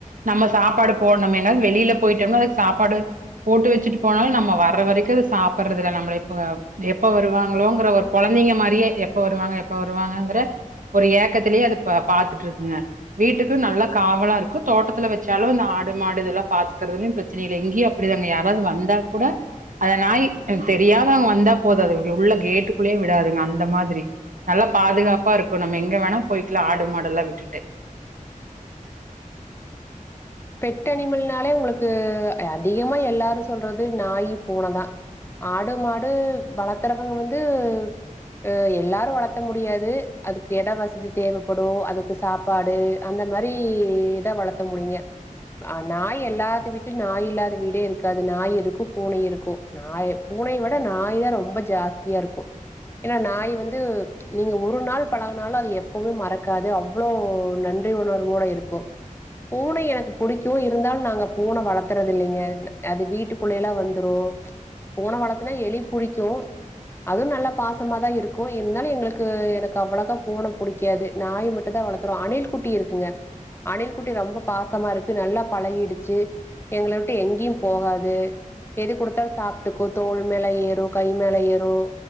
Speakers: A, on the right; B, on the left.
A: நம்ம சாப்பாடு போட்ணுமேனா வெளில போய்ட்டம்னா அது சாப்பாடு போட்டு வச்சுட்டு போனாலு நம்ம வர்ற வரைக்கு அத சாப்ட்றதில்ல நம்மளை எப்ப எப்ப வருவாங்களோங்ற ஒரு கொழந்தைங்க மாரியே எப்ப வருவாங்க எப்ப வருவாங்கங்ற ஒரு ஏக்கத்திலேயே அது பாத்துட்டுருக்குங்க வீட்டுக்கு நல்லா காவலாருக்கு தோட்டத்துல வெச்சாலு இந்த ஆடு மாடு இதெல்லா பாத்துக்கறதுலயு பிரச் சனை இல்ல இங்கேயு அப்டிதாங்க யாராவது வந்தா கூட அதநாய் அ தெரியா ங்க வந்தா போதாது உள்ள கேட்டுக்குள்ளே விடாதுங்க அந்த மாதிரி நல்லா பாதுகாப்பாருக்கு நம்ம எங்க வேணா போய்க்லா ஆடு மாடல்லா விட்டுட்டு
B: பெட் அனிமல்னாலே உங்களுக்கு அதிகமா எல்லாரு சொல்றது நாய் பூன தா ஆடு மாடு வளத்தறவங்க வந்து அ எல்லாரு வளத்த முடியாது அதுக்கு எட வசதி தேவப்படு அதுக்கு சாப் சபாடு அந்த மாரி இத வளத்த முடியுங்க அ நாய் எல்லாத்து வீட்லு நாய் இல்லாத வீடே இருக்காது நாய் இருக்கு பூனை இருக்கு நாய் பூனைய விட நாய் தா ரொம்ப ஜாஸ்தியாருக்கு ஏனா நாய் வந்து நீங்க ஒரு நாள் பழகனாலு அது எப்பவுமே மறக்காது அவ்ளோவ் நன்றி உணர்வோட இருக்கு பூனை எனக்கு புடிக்கு இருந்தாலு நாங்க பூன வளத்துறது இல்லைங்க அது வீட்டுக்குள்ளேல்லா வந்துரு பூன வளத்துனா எலி புடிக்கு அதுவு நல்லா பாசமாதா இருக்கு இருந்தாலு எங்களுக்கு எனக்கு அவ்ளக்கா பூன புடிக் காது நாய் மட்டுந்தா வளத்துறோ அணில் குட்டியிருக்குங்க அணில் குட்டி ரொம்ப பாசமாருக் கு நல்லா பழகிடுச்சு எங்கள விட்டு எங்கேயு போகாது எது குடுத்தாலு சாப்ட்டுக்கு தோல் மேல ஏறு கை மேல ஏறு